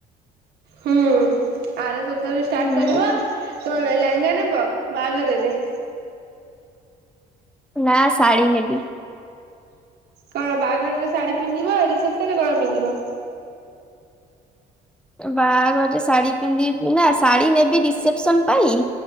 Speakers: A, on the right; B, in the centre.
A: ହୁଁ ଆର ସପ୍ତାହରୁ ଷ୍ଟାର୍ଟ
B: ହୁଁ
A: କରିବ କଣ ଲେହେଙ୍ଗା ନେବ? ବାଆଘରରେ?
B: ନା ଶାଢୀ ନେବି।
A: କଣ ବାହାଘରରେ ଶାଢୀ ପିନ୍ଧିବ ରିସେପ୍ସନ ରେ କଣ ପିନ୍ଧିବ?
B: ବାହାଘରରେ ଶାଡି ପିନ୍ଧିବି ନା ଶାଡି ନେବି ରିସେପ୍ସନ ପାଇଁ।